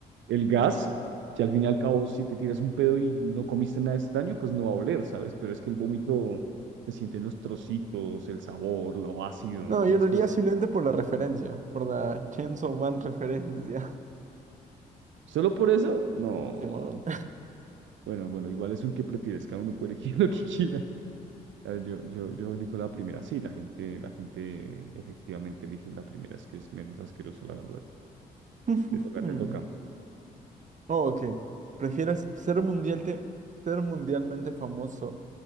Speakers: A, on the right; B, on the right.
A: el gas, que al fin y al cabo, si te tiras un pedo y no comiste nada extraño, pues no va a oler, ¿sabes? Pero es que el vómito se sienten los trocitos, el sabor, lo ácido.
B: No,
A: Entonces,
B: yo lo
A: pues,
B: haría simplemente por la referencia, por la Chainsaw Man referencia.
A: solo por eso, no.
B: <laughs> Simón.
A: Bueno, bueno, igual es un que prefieres, cada uno puede elegir <laughs> lo que quiera. Eh, Yo, yo, yo digo la primera, sí, la gente, la gente efectivamente elige la primera, es que es menos asqueroso, la verdad.
B: <laughs> Ujujú.
A: Te toca, te toca.
B: Oh, Ok. ¿Prefieres ser mundialte- ser mundialmente famoso